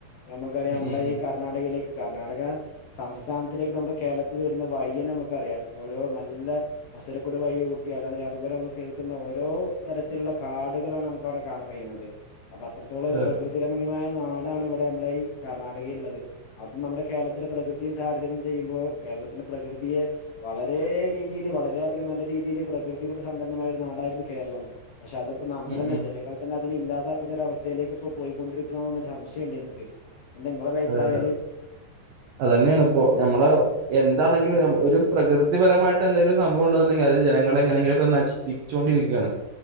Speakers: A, on the left; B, on the right.
A: നമുക്കറിയാം
B: ഉം
A: നമ്മള
B: ഉം ഉം
A: ഈ കർണാടകയില കർണാടക സംസ്ഥാനത്തിലേക്ക് നമ്മുടെ കേരളത്തിൽ വരുന്ന വയ്യന നമുക്കറിയാം ഓരോ നല്ല മസരക്കടു വൈ ഊട്ടി അല്ലാെ അതുപോലെ നമ്മൾ കേൾക്കുന്ന ഓരോ തരത്തിലുള്ള കാടുകളാണ് നമുക്ക് അവിടെ കാണാൻ കഴിയുന്നത് അപ്പൊ അത്രത്തോളം
B: അതെ
A: ഒരു പ്രകൃതി
B: അതെ
A: രമണീയമായ നാടാണ് നമ്മുടെ ഈ കർണാടക ഉത് അതും നമ്മുടെ കേരളത്തിലെ പ്രകൃതിയും താരതമ്യം ചെയ്യുമ്പോൾ കേരളത്തിന്റെ പ്രകൃതി തിയെ വളരെ രീതിൽ വളരെ നല്ല രീതിയിൽ പ്രകൃതി കൊണ്ട് സമ്പന്നമായ ഒരു നാടായിരുന്നു കേരളം പക്ഷെ അതിപ്പോ നമ്മളല്ലെ
B: ഉം ഉം
A: ജനങ്ങൾ തന്നെ അതിനെ ഇല്ലാതാക്കുന്നൊര അവസ്ഥയിലേക്ക് ഇപ്പോ പോയിക്കൊണ്ടിരിക്കണന്നൊരു സംശയണ്ട് എനിക്ക് എന്താ നിങ്ങളൊരു അഭിപ്രായല്
B: അതെ അതെ അതന്നെയാണ് ഇപ്പോ ഞമ്മള എന്താണെങ്കിലും ഒരു പ്രകൃതിപരമായിട്ട് എന്തെങ്കിലും സംഭവം ഉണ്ടെന്നുണ്ടെങ്കിൽ അത് ജനങ്ങളെ എങ്ങനെങ്കിലുംൊക്കെ നശിപ്പിച്ചുകൊണ്ടിരിക്കുകയാണ്